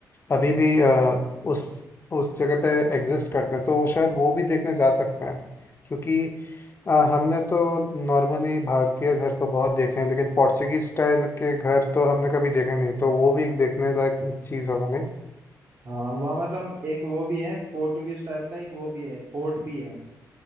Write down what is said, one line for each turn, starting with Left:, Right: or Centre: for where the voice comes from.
Left: अभी भी अ, उस उस जगह पे एग्जिस्ट करते हैं तो वो शायद वो भी देखने जा सकते हैं क्योंकि अ, हमने तो नॉर्मली भारतीय घर तो बहुत देखे हैं लेकिन पोर्चुगीज स्टाइल के घर तो हमने कभी देखे नहीं तो वो भी एक देखने लायक चीज़ होगा नहीं
Right: हाँ वहाँ मतलब एक वो भी है पोर्टुगीज टाइप का एक वो भी है फोर्ट भी है